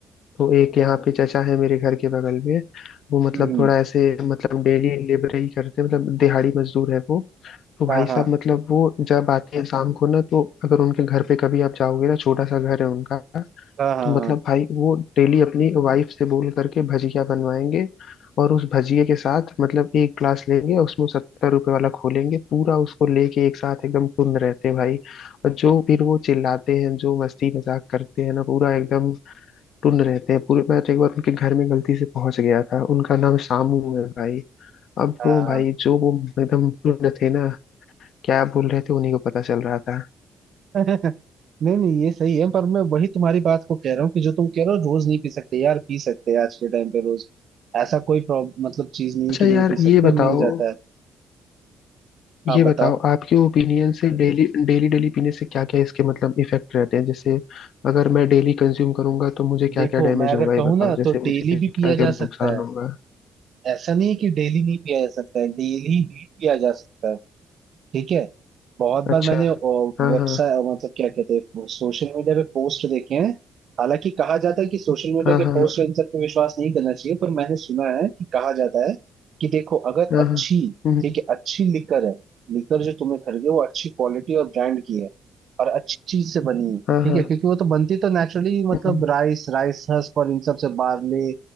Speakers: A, on the left (about 70°); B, on the right (about 60°).
A: तो एक यहाँ पे चचा है मेरे घर के बगल में वो मतलब
B: हम्म हम्म।
A: थोड़ा ऐसे मतलब डेली लेबर ही करते हैं मतलब दिहाड़ी मजदूर है वो तो भाई
B: हाँ हाँ
A: साहब मतलब वो जब आते हैं शाम को ना तो अगर उनके घर पे कभी आप जाओगे ना छोटा सा घर है उनका
B: हाँ हाँ
A: तो मतलब भाई वो डेली अपनी वाइफ से बोल करके भजिया बनवाएंगे और उस भजिए के साथ मतलब एक ग्लास लेंगे और उसमें सत्तर रुपए वाला खोलेंगे पूरा उसको लेके एक साथ एकदम टुन रहते हैं भाई और जो फिर वो चिल्लाते हैं जो मस्ती मजाक करते हैं ना पूरा एकदम टुन रहते हैं पूरे मैं तो एक बार उनके घर में गलती से पहुंच गया था उनका नाम शामू है भाई अब
B: हाँ
A: वो भाई जो वो एकदम टुन थे ना क्या बोल रहे थे उन्हीं को पता चल रहा था
B: हाँ हाँ <laughs> नहीं नहीं ये सही है पर मैं वही तुम्हारी बात को कह रहा हूँ कि जो तुम कह रहे हो रोज नहीं पी सकते यार पी सकते हैं आज के टाइम पे रोज ऐसा कोई प्रॉब्लम मतलब चीज नहीं है
A: अच्छा
B: कि
A: यार
B: नहीं पी
A: ये
B: सकते
A: बताओ
B: मिल जाता है
A: ये
B: आप बताओ
A: बताओ आपके ओपिनियन से डेली डेली डेली पीने से क्या क्या इसके मतलब इफेक्ट रहते हैं जैसे अगर मैं डेली कंज्यूम करूंगा तो मुझे क्या
B: देखो
A: क्या डैमेज
B: मैं
A: होगा
B: अगर
A: ये
B: कहूँ
A: बताओ
B: ना
A: जैसे
B: तो डेली
A: मुझे क्या
B: भी पिया
A: क्या
B: जा
A: नुकसान
B: सकता है
A: होगा
B: ऐसा नहीं है कि डेली नहीं पिया जा सकता है डेली भी पिया जा सकता है ठीक है बहुत बार
A: अच्छा
B: मैंने वेबसाइट
A: हाँ हाँ
B: मतलब क्या कहते हैं सोशल मीडिया पे पोस्ट देखे हैं हालांकि कहा जाता है कि सोशल मीडिया
A: हाँ
B: के
A: हाँ
B: पोस्ट इन सब पे विश्वास नहीं करना चाहिए पर मैंने सुना है कि कहा जाता है कि देखो अगर
A: हाँ
B: अच्छी
A: हाँ हम्म, हम्म।
B: ठीक है अच्छी लिकर है लिकर जो तुमने खरीदे वो अच्छी क्वालिटी और ब्रांड की है और अच्छी चीज से बनी है
A: हाँ
B: ठीक
A: हाँ
B: है क्योंकि वो तो बनती तो नेचुरली मतलब
A: हम्म। हम्म।
B: राइस राइस हस्क और इन सब से बार्ले